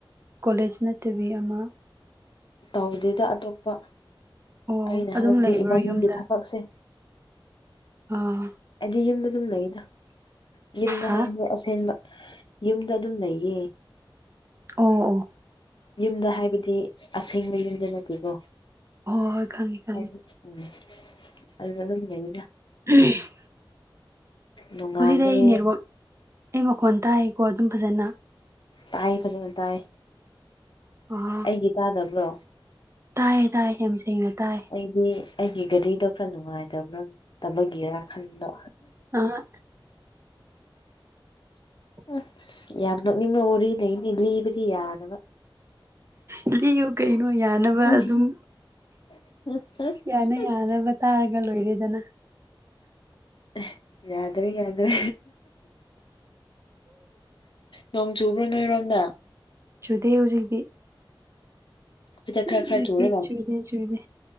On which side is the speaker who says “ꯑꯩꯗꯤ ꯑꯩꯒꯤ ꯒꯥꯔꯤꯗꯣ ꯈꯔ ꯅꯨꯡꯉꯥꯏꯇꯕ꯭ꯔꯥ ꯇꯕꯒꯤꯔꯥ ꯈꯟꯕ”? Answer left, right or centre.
Left